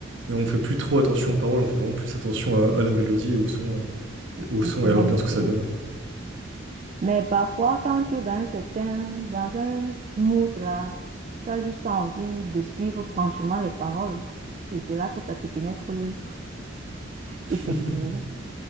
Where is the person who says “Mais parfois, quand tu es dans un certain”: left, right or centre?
Right